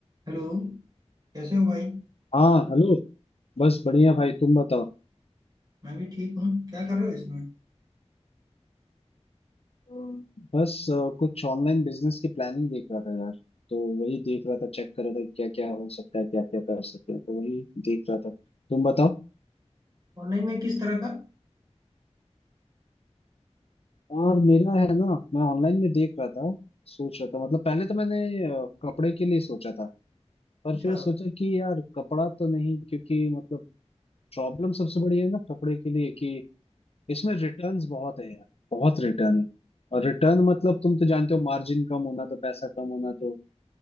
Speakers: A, on the right (about 35°); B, on the left (about 60°).
A: Hello कैसे हो भाई
B: हाँ हेलो बस बढ़िया भाई तुम बताओ
A: मैं भी ठीक हूँ क्या कर रहे हो इसमें
B: हम्म। बस अ, कुछ ऑनलाइन बिजनेस की प्लानिंग देख रहा था यार तो वही देख रहा था चेक कर रहा था क्या क्या हो सकता है क्या क्या कर सकते हैं तो वही देख रहा था तुम बताओ
A: ऑनलाइन में किस तरह का
B: और मेरा है ना मैं ऑनलाइन में देख रहा था सोच रहा था मतलब पहले तो मैंने अ, कपड़े के लिए सोचा था पर
A: अच्छा
B: फिर सोचा कि यार कपड़ा तो नहीं क्योंकि मतलब प्रॉब्लम सबसे बड़ी है ना कपड़े के लिए कि इसमें रिटर्न्स बहुत है यार बहुत रिटर्न है और रिटर्न मतलब तुम तो जानते हो मार्जिन कम होना तो पैसा कम होना तो